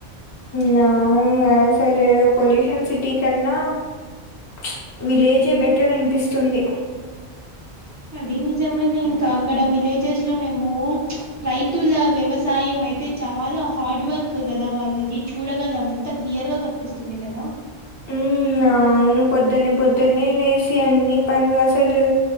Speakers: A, on the left (about 25°); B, on the right (about 20°).
A: నా అవును అసలు పొల్యూషన్ సిటీ కన్న చ్ విలేజే బెటర్ అనిపిస్తుంది
B: అది నిజమేలే ఇంకా అక్కడ విలేజెస్ లో మేము చ్ రైతుల వ్యవసాయం అయితే చాలా హార్డ్ వర్క్ గదా వాళ్ళది చూడగలం ఎంత క్లియర్ గా కనిపిస్తుంది కదా
A: ఉ అవును పొద్దున్నే పొద్దున్నే లేసి అన్ని పనులు అసలు